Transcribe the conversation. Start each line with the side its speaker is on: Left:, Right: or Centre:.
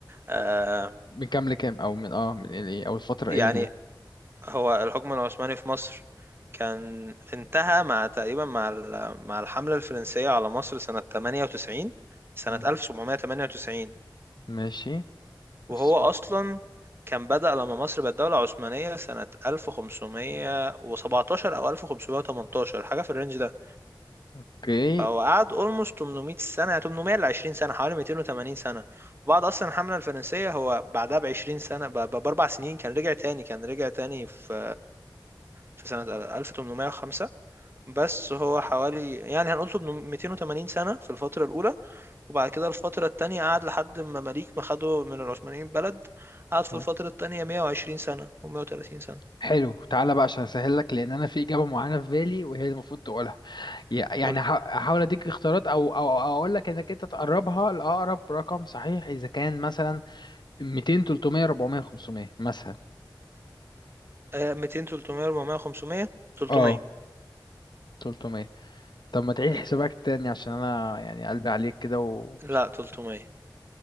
Right: آه،
Left: من كام لكام او من اه من ايه او الفترة
Right: يعني
Left: ايه اللي
Right: هو الحكم العثماني في مصر كان انتهى مع تقريبا مع ال- مع الحملة الفرنسية على مصر سنة 98 سنة
Left: مم.
Right: 1798
Left: ماشي
Right: وهو
Left: بس-
Right: أصلا كان بدأ لما مصر بقت دولة عثمانية سنة 1517 أو 1518 حاجة في الرينج ده
Left: اوكي
Right: هو قعد اولموست 800 سنه يعني 800 ل 20 سنه حوالي 280 سنه بعد اصلا الحمله الفرنسيه هو بعدها ب 20 سنه ب- ب- باربع سنين كان رجع تاني كان رجع تاني في في سنه 1805 بس هو حوالي يعني هنقول 800 280 سنه في الفتره الاولى وبعد كده الفتره التانيه قعد لحد ما مماليك ما خدوا من العثمانيين بلد قعد في
Left: تمام
Right: الفتره التانيه 120 سنه و130 سنه
Left: حلو تعالى بقى عشان اسهل لك لان انا في اجابه معينه في بالي وهي المفروض تقولها يع- يعني
Right: قول لي.
Left: ه- هحاول اديك اختيارات او او أو اقول لك انك انت تقربها لاقرب رقم صحيح اذا كان مثلا 200 300 400 500 مثلا
Right: آه، 200 300 400 500 300
Left: اه 300 طب ما تعيد
Right: 300
Left: حسابك تاني عشان انا يعني قلبي عليك كده و...
Right: لا 300